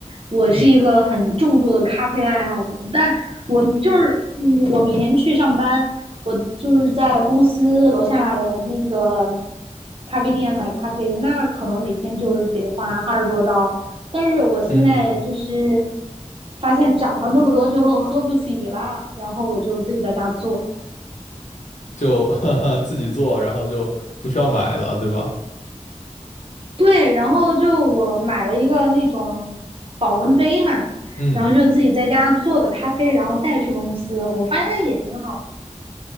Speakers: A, on the right; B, on the left.
A: 我是一个很重度的咖啡爱好者，
B: 嗯
A: 但我就是嗯我每天去上班，我就是在公司楼下的那个咖啡店买咖啡，那可能每天就是得花二十多刀，但是我现在就是
B: 嗯
A: 发现涨了那么多之后喝不起了，然后我就自己在家做。
B: 就 <laughs> 哈哈自己做，然后就不需要买了，对吧？
A: 对，然后就我买了一个那种保温杯嘛，
B: 嗯。
A: 然后就自己在家做的咖啡，然后带去公司，我发现也挺好。